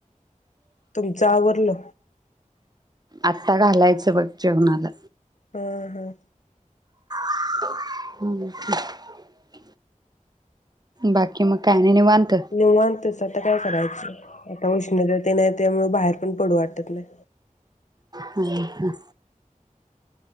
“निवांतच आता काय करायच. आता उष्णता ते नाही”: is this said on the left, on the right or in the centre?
Left